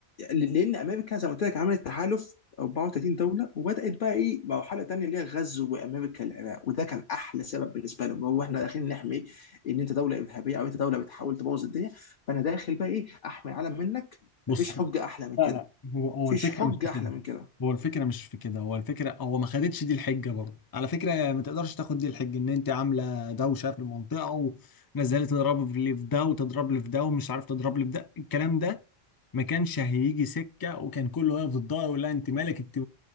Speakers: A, on the left (about 55°); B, on the left (about 30°).
A: لان امريكا زي ما قلت لك عملت تحالف 34 دوله وبدات بقى ايه مرحله تانيه اللي هي غزو امريكا العراق وده كان احلى سبب بالنسبه لهم هو احنا داخلين نحمي ان انت دوله ارهابيه او انت دوله بتحاول تبوظ الدنيا فانا داخل بقى ايه احمي العالم منك
B: بص
A: مفيش حجه احلى من
B: لا
A: كده
B: لا هو هو
A: مفيش
B: الفكره
A: حجه
B: مش في كده
A: احلى من كده
B: هو الفكره مش في كده هو الفكره هو ما خدتش دي الحجه برضه على فكره ما تقدرش تاخد دي الحجه ان انت عامله دوشه في المنطقه ونزلت تضرب لي في ده وتضرب لي في ده ومش عارف تضرب لي في ده الكلام ده ما كانش هيجي سكه وكان كله واقف ضدها يقول لها انت مالك انت